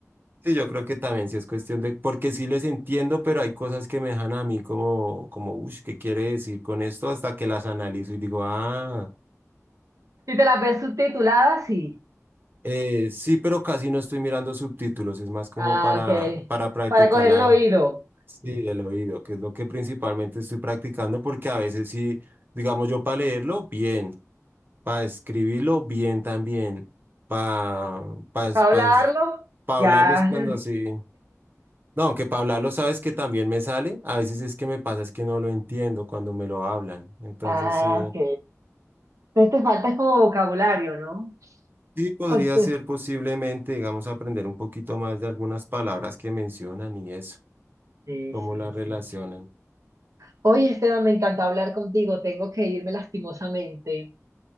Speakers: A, on the right (about 40°); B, on the right (about 80°).
A: Sí, yo creo que también sí es cuestión de, porque sí les entiendo, pero hay cosas que me dejan a mí como, como, uy, ¿qué quiere decir con esto? Hasta que las analizo y digo, ah,
B: Si te las ves subtituladas, sí.
A: eh, sí, pero casi no estoy mirando subtítulos, es más como
B: Ah,
A: para,
B: ok.
A: para practicar
B: Para coger
A: la,
B: el oído.
A: sí, el oído, que es lo que principalmente estoy practicando, porque a veces sí, digamos yo para leerlo, bien. para escribirlo bien también, para pa, pa, es-
B: Para
A: pa
B: hablarlo,
A: pa
B: ya.
A: hablarlo es cuando
B: <laughs>
A: sí. No, aunque para hablarlo sabes que también me sale, a veces es que me pasa es que no lo entiendo cuando me lo hablan. Entonces
B: Ah,
A: sí,
B: ok. Entonces te falta es como vocabulario, ¿no?
A: sí podría
B: Oye, sí,
A: ser posiblemente, digamos, aprender un poquito más de algunas palabras que mencionan y eso,
B: sí,
A: cómo
B: sí.
A: las relacionan.
B: sí. Oye, Esteban, me encantó hablar contigo. Tengo que irme lastimosamente.